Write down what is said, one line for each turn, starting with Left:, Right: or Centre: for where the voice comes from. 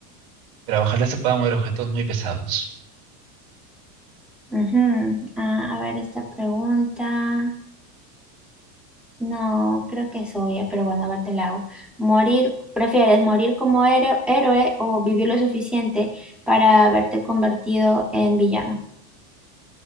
Right: pero ojalá se puedan mover objetos muy pesados.
Centre: Ujú. Ah, a ver, esta pregunta. No, creo que es obvia, pero bueno, a ver, te la hago. Morir, ¿prefieres morir como héroe, héroe o vivir lo suficiente para haberte convertido en villano?